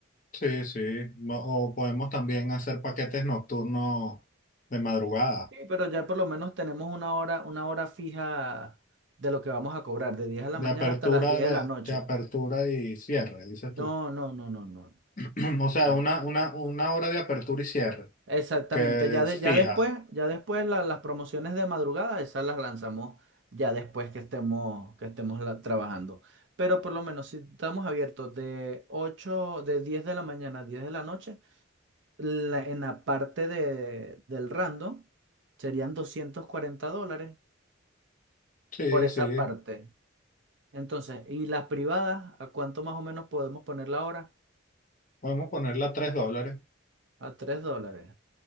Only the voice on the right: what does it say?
Sí, pero ya por lo menos tenemos una hora, una hora fija de lo que vamos a cobrar, de 10 de la
mañana
hasta las 10 de
la noche.
No, no, no, no, no.
Eh,
Exactamente,
ya,
de-
ya después, ya después la- las promociones de madrugada, esas las lanzamos ya después que estemos, que estemos la- trabajando. Pero por lo menos si estamos abiertos de 8 de 10 de la mañana a 10 de la noche, la- en la parte de, del random serían 240 dólares
por esa
parte. Entonces, ¿y las privadas? ¿A cuánto más o menos podemos ponerla ahora?
A 3 dólares.